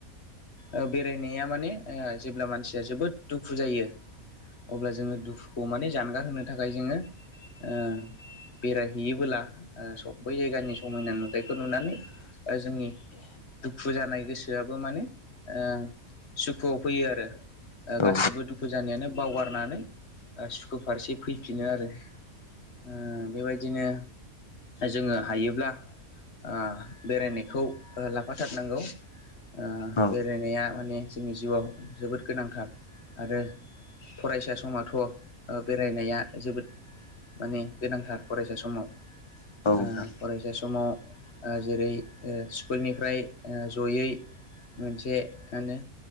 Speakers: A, on the left; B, on the left.
A: ओ बेरायनाया माने ओ जेब्ला मानसिया जोबोद दुखु जायो। अब्ला जोङो दुखुखौ माने जानगार होनो थाखाय जोङो ओ। बेरायहैयोबोलाब ओ बै जायगानि समायना नुथाय। फोर नुनानै ओ जोंनि। दुखु जानाय गोसोआबो माने ओ सुखुआव फैयो आरो। ओ
B: औ
A: गासिबो दुखु जानायानो बावगारनानै ओ सुखु फारसे फैफिनो आरो। ओ बेबायदिनो जोङो हायोब्ला। ओ बेरायनायखौ ओ लाफाथारनांगौ। ओ
B: औ
A: बेरायनाया माने जोंनि जिउआव जोबोद गोनांथार आरो। फरायसा समथ' ओ बेरायनाया जोबोद। माने गोनांथार फरायसा समाव
B: नोंथां
A: ओ फरायसा समाव। ओ जेरै ओ स्कुलनिफ्राय ओ जयै। मोनसे मानो